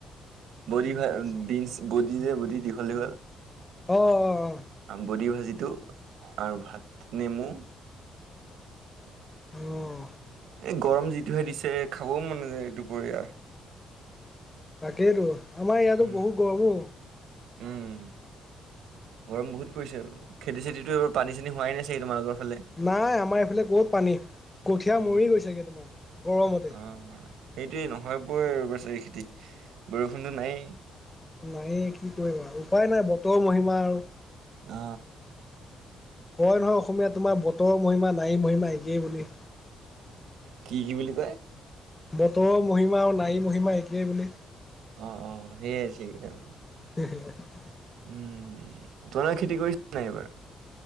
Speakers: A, on the right; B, on the left.
A: বডি ভাল
B: আচ্ছা
A: বিন বডি যে বডি দীঘল দীঘল
B: অ অ অ
A: বডি ভাজিটো আৰু ভাত নেমু
B: অঁ
A: এ গৰম যিটোহে দিছে খাবও মন নযায় দুপৰীয়া
B: তাকেইতো আমাৰ ইয়াতো
A: উম
B: বহুত গৰমো
A: উম গৰম বহুত পৰিছে খেতি চেতিটোব পানী চানী হোৱাই নাই ছাগে তোমালোকৰ ফালে
B: নাই আমাৰ এইফালে ক'ত পানী কঠীয়া
A: উম
B: মৰি গৈছেগৈ তোমাৰ গৰমতে।
A: অ সেইটোৱে নহয় বব চাৰী খেতি বৰষুণটো নাইয়ে
B: নাই কি কৰিবা উপায় নাই বতৰ মহিমা আৰু
A: অ
B: কয় নহয় অসমীয়া তোমাৰ বতৰ মহিমা নাৰী মহিমা একেই বুলি।
A: কি কি বুলি কয়।
B: বতৰৰ মহিমা আৰু নাৰী মহিমা একেই বুলি।
A: অ অ সেইয়াই আছে আৰু
B: হুম হু
A: উম তোলাৰ খেতি কৰিছা নাই এইবাৰ